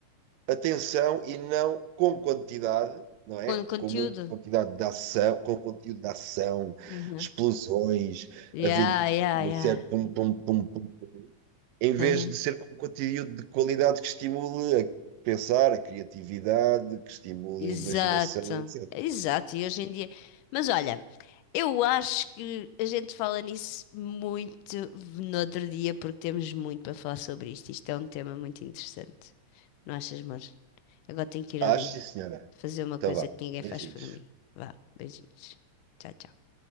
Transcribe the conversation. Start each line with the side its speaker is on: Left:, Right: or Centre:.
Right: atenção e não com quantidade, não é?
Left: com conteúdo.
Right: Com muita quantidade de ação, com conteúdo de ação,
Left: Uhum.
Right: explosões,
Left: Yeah,
Right: aventuras,
Left: yeah, yeah.
Right: certo? Pum, pum, pum, pum. pum. Em vez
Left: Uhum.
Right: de ser com conteúdo de qualidade que estimule a pensar, a criatividade, que estimule
Left: Exato,
Right: a imaginação, etc.
Left: exato. E hoje em dia. Mas olha, eu acho que a gente fala nisso muito no outro dia, porque temos muito para falar sobre isto. Isto é um tema muito interessante. Não achas, amor? Agora tenho que ir
Right: Acho,
Left: ali
Right: sim, senhora.
Left: fazer uma
Right: Então
Left: coisa
Right: vá,
Left: que ninguém
Right: beijinhos.
Left: faz por mim. Vá, beijinhos. Tchau, tchau.